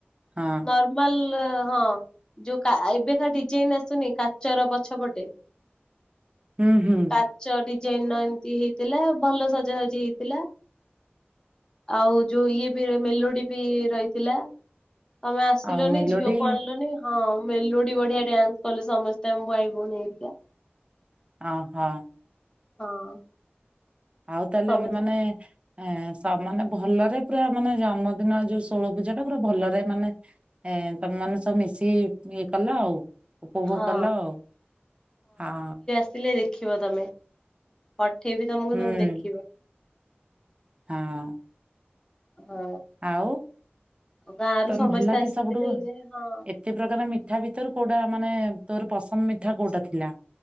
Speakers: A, on the right (about 30°); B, on the left (about 20°).
A: ହଁ।
B: ଫର୍ମାଲ ହଁ ଯୋଉ ଏବେକା ଡିଜାଇନ ଆସୁନି କାଚର ପଛପଟେ। <inaudible>
A: ହୁଁ ହୁଁ।
B: କାଚ ଡିଜାଇନର ଏମିତି ହେଇଥିଲା ଭଲ ସଜାସଜି ହେଇଥିଲା। ଆଉ ଯୋଉ ଇଏ ବି ମେଲୋଡି ବି ରହିଥିଲା। ତମେ ଆସିଲନି
A: ଆଉ ମେଲୋଡି
B: ଝିଅକୁ ଆଣିଲନି। ହଁ ମେଲୋଡି ବଢିଆ ଡ୍ୟାନ୍ସ କଲୁ ସମସ୍ତେ ଆମ ଭାଇ ଭଉଣୀ ଏରିକା।
A: ଓହୋ।
B: ହଁ।
A: ଆଉ ତାହେଲେ
B: ସମସ୍ତେ
A: ଏବେ ମାନେ ହଁ ମାନେ ଭଲରେ ପୁରା ମାନେ ଜନ୍ମଦିନ ଯୋଉ ଷୋଳ ପୂଜା ଟା ପୁରା ଭଲରେ ମାନେ ଏ ତମେ ମାନେ ସବୁ ମିଶିକି ଇଏ କଲ ଆଉ। ଉପଭୋଗ
B: ହଁ
A: କଲ ଆଉ ହଁ।
B: ଆସିଲେ ଦେଖିବ ତମେ ପଠେଇବି ତମକୁ
A: ହଁ ହୁଁ
B: ତମେ ଦେଖିବ।
A: ହଁ।
B: ହଁ
A: ଆଉ
B: ଗାଁରୁ
A: ତମେ
B: ସମସ୍ତେ
A: ଭଲ ଲାଗେ
B: ଆସିଥିଲେ
A: ସବୁଠୁ
B: ଯେ ହଁ।
A: ଏତେ ପ୍ରକାର ମିଠା ଭିତରୁ କୋଉଟା ମାନେ ତୋର ପସନ୍ଦ ମିଠା କୋଉଟା ଥିଲା?